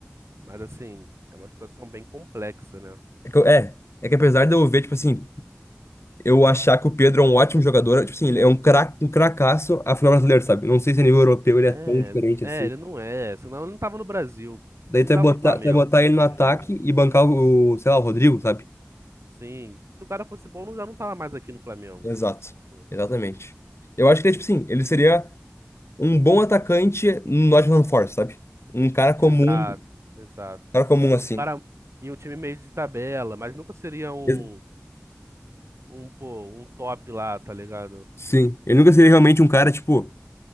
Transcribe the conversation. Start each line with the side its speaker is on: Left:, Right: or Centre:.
Right: Mas assim, é uma situação bem complexa, né?
Left: É, que eu- é é que apesar de eu ver, tipo assim. eu achar que o Pedro é um ótimo jogador. Tipo assim, ele é um craque, um cracaço a final brasileiro, sabe? Não sei se a nível europeu ele
Right: É,
Left: é tão diferente
Right: é,
Left: assim.
Right: ele não é. Senão ele não tava no Brasil.
Left: Daí
Right: Não
Left: tu
Right: tava
Left: vai botar,
Right: no Flamengo,
Left: tu vai botar ele no
Right: tá
Left: ataque
Right: ligado?
Left: e bancar o, sei lá, o Rodrigo, sabe?
Right: Sim. Se o cara fosse bom, não- já não tava mais aqui no Flamengo.
Left: Exato.
Right: sacou?
Left: Exatamente. Eu acho que ele, é, tipo assim, ele seria um bom atacante no Nottingham Forest, sabe? Um cara comum,
Right: Exato,
Left: um
Right: exato.
Left: cara comum assim.
Right: O cara e um time meio de tabela, mas nunca seria um,
Left: Ex-
Right: um, pô, um top lá, tá ligado?
Left: Sim. Ele nunca seria realmente um cara, tipo.